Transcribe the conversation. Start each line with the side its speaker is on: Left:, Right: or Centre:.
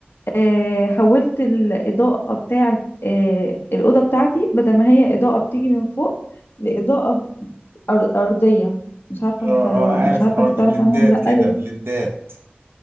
Left: آه، حولت الاضاءه بتاعه آه، الاوضه بتاعتي بدل ما هي اضاءه بتيجي من فوق لاضاءه أر- ارضيه مش عارفه
Right: اه
Left: انت
Right: اه عارف
Left: مش عارفه
Right: الحوار
Left: انت
Right: ده
Left: تعرف
Right: بلدات
Left: عنها ولا
Right: كده
Left: لا ليه
Right: بلدات